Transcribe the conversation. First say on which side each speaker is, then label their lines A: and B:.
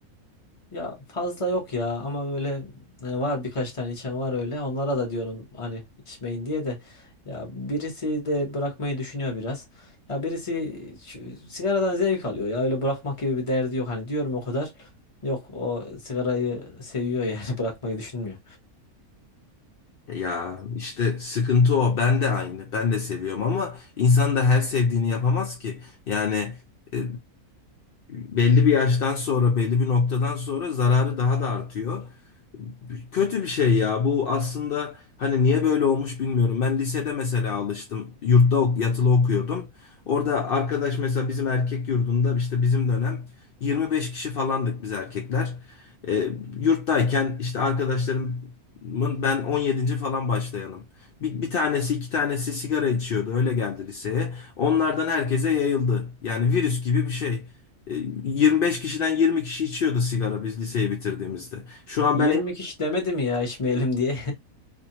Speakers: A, on the left (about 25°); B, on the left (about 70°).
A: Ya fazla yok ya ama böyle e, var birkaç tane içen var öyle. Onlara da diyorum hani içmeyin diye de ya birisi de bırakmayı düşünüyor biraz. Ya birisi şu- sigaradan zevk alıyor ya öyle bırakmak gibi bir derdi yok hani diyorum o kadar. Yok o sigarayı seviyor yani <laughs> bırakmayı düşünmüyor.
B: Ya işte sıkıntı o. Ben de aynı. Ben de seviyorum ama insan da her sevdiğini yapamaz ki. Yani e, belli bir yaştan sonra, belli bir noktadan sonra zararı daha da artıyor. Kötü bir şey ya. Bu aslında hani niye böyle olmuş bilmiyorum. Ben lisede mesela alıştım. Yurtta ok- yatılı okuyordum. Orada arkadaş mesela bizim erkek yurdunda işte bizim dönem 25 kişi falandık biz erkekler. E, yurttayken işte arkadaşlarım ben 17. falan başlayanım. Bir, bir tanesi iki tanesi sigara içiyordu. Öyle geldi liseye. Onlardan herkese yayıldı. Yani virüs gibi bir şey. E, 25 kişiden 20 kişi içiyordu sigara biz liseyi bitirdiğimizde. Şu an
A: 20
B: ben
A: kişi demedi mi ya içmeyelim diye.